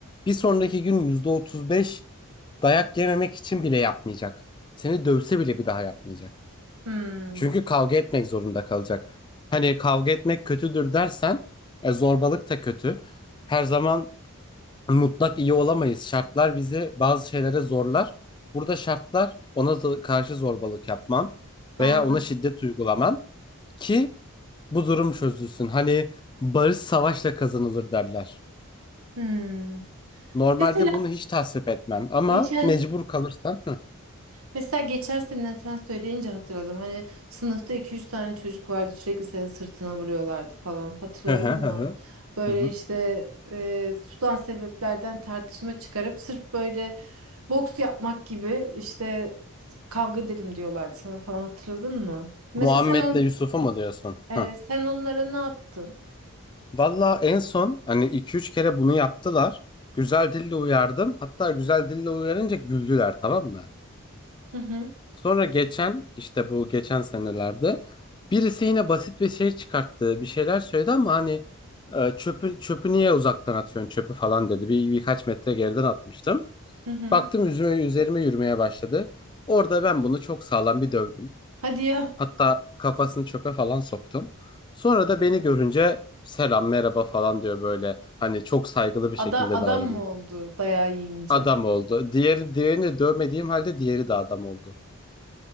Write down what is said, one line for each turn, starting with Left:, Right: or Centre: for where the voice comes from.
Left: Bir sonraki gün %35 dayak yememek için bile yapmayacak. Seni dövse bile bir daha yapmayacak.
Right: Hmm.
Left: Çünkü kavga etmek zorunda kalacak. Hani kavga etmek kötüdür dersen e, zorbalık da kötü. Her zaman mutlak iyi olamayız. Şartlar bizi bazı şeylere zorlar. Burada şartlar ona zo- karşı zorbalık yapman
Right: Doğru.
Left: veya ona şiddet uygulaman ki bu durum çözülsün. Hani barış savaşla kazanılır derler.
Right: Hmm.
Left: Normalde
Right: Mesela
Left: bunu hiç tasvip etmem ama
Right: geçen
Left: mecbur kalırsan. Hı
Right: Mesela geçen seneden sen söyleyince hatırladım. Hani sınıfta iki üç tane çocuk vardı sürekli senin sırtına vuruyorlardı falan. Hatırladın
Left: hı hı hı.
Right: mı?
Left: hı.
Right: Böyle
Left: Hı hı.
Right: işte e, tutan sebeplerden tartışma çıkarıp sırf böyle boks yapmak gibi işte kavga edelim diyorlardı sana falan hatırladın mı? Mesela
Left: Muhammed'le
Right: sen on
Left: Yusuf'u mu diyorsun?
Right: evet
Left: Hı.
Right: sen onlara ne yaptın?
Left: Valla en son hani iki üç kere bunu yaptılar. Güzel dille uyardım. Hatta güzel dille uyarınca güldüler tamam mı?
Right: Hı hı
Left: Sonra geçen işte bu geçen senelerde birisi yine basit bir şey çıkarttı. Bir şeyler söyledi ama hani e, çöpü çöpü niye uzaktan atıyorsun çöpü falan dedi. Bir birkaç metre geriden atmıştım.
Right: hı hı.
Left: Baktım üzerime, üzerime yürümeye başladı. Orada ben bunu çok sağlam bir dövdüm.
Right: Hadi ya.
Left: Hatta kafasını çöpe falan soktum. Sonra da beni görünce selam merhaba falan diyor böyle. Hani çok saygılı bir
Right: Ada
Left: şekilde
Right: adam
Left: davranıyor.
Right: mı oldu dayağı yiyince?
Left: Adam oldu. Diğer, diğerini dövmediğim halde diğeri de adam oldu.